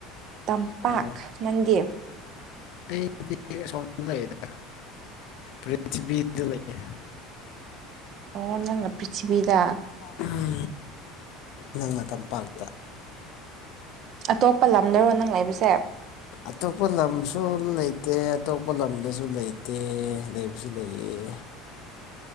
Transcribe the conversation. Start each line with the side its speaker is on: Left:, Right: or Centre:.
Right: ꯇꯝꯄꯥꯛ
Left: ꯑꯣ
Right: ꯅꯪꯗꯤ
Left: ꯑꯩꯗꯤ ꯑꯁꯣꯝꯗ ꯂꯩꯔꯦꯗ ꯄ꯭ꯔꯤꯊꯤꯕꯤꯗ ꯂꯩꯌꯦ
Right: ꯑꯣ ꯅꯪꯅ ꯄ꯭ꯔꯤꯊꯤꯕꯤꯗ
Left: ꯎꯝ ꯅꯪꯅ ꯇꯝꯄꯥꯛꯇ
Right: ꯑꯇꯣꯞꯄ ꯂꯝꯗꯔꯣ ꯅꯪ ꯂꯩꯕꯁꯦ
Left: ꯑꯇꯣꯞꯄ ꯂꯝꯁꯨ ꯂꯩꯇꯦ ꯑꯇꯣꯞꯄ ꯂꯝꯗꯁꯨ ꯂꯩꯇꯦ ꯂꯩꯕꯁꯨ ꯂꯩꯌꯦ